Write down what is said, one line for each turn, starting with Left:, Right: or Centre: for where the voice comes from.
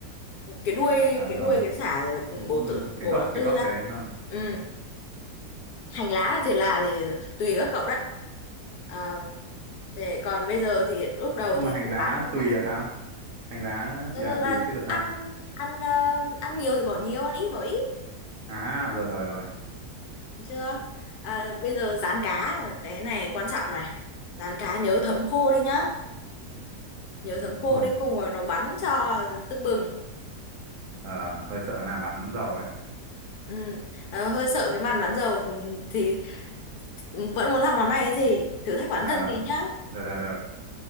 Left: Cái đuôi,
Right: Ờ
Left: cái
Right: rồi
Left: đuôi cái xả rồi ừ,
Right: Đúng-
Left: bổ
Right: đúng
Left: tự
Right: cái
Left: bổ
Right: gốc
Left: làm
Right: cái
Left: tư
Right: gốc
Left: ra.
Right: đấy đúng không
Left: Ừ, hành lá thì là thì tùy các cậu đấy. À, thế còn bây giờ thì lúc đầu
Right: nhưng
Left: thì
Right: mà
Left: phải
Right: hành lá
Left: bán cái
Right: tùy
Left: lá
Right: là
Left: trước.
Right: sao hành lá
Left: Thế
Right: thì là
Left: Nên là
Right: tùy tức là sao
Left: ăn ăn ờ, ăn nhiều thì bỏ nhiều, ăn ít bỏ ít,
Right: à rồi rồi rồi
Left: được chưa? À, bây giờ rán cá, cái này quan trọng này. Rán cá nhớ thấm khô đi nhá.
Right: Ờ,
Left: nhớ
Right: <laughs>
Left: thấm khô
Right: rồi
Left: đi không mà nó bắn cho tưng bừng
Right: Ờ, hơi sợ làm bắn dầu ấy
Left: ừ. Ờ, hơi sợ cái màn bắn dầu thì vẫn muốn làm món này cái gì thử thách bản
Right: Ờ,
Left: thân tí nhá
Right: được được được